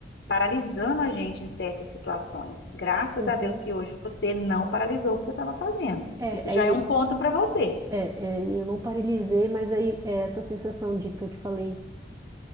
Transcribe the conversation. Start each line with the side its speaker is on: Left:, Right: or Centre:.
Left: paralisando a gente em certas situações. Graças
Right: Uhum.
Left: a Deus que hoje você não paralisou o que você estava fazendo.
Right: É,
Left: Isso já
Right: aí,
Left: é um ponto para você.
Right: é, é, e eu não paralisei, mas aí é essa sensação de que eu te falei,